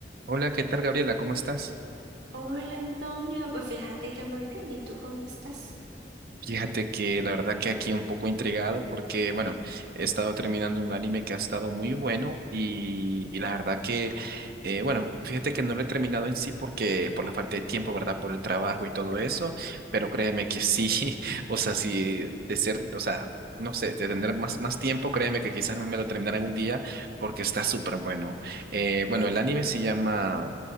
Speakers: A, on the right (about 55°); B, on the right (about 80°).
A: Hola, ¿qué tal, Gabriela? ¿Cómo estás?
B: Hola Antonio, pues fíjate que muy bien, ¿y tú cómo estás?
A: Fíjate que la verdad que aquí un poco intrigado porque, bueno, he estado terminando un anime que ha estado muy bueno y, y la verdad que, eh, bueno, fíjate que no lo he terminado en sí porque por la falta de tiempo, ¿verdad? Por el trabajo y todo eso, pero créeme que sí, <laughs> o sea, sí, de ser, o sea, no sé, de tener más, más tiempo, créeme que quizás no me lo terminaré en un día porque está súper bueno. Eh, bueno, el anime se llama...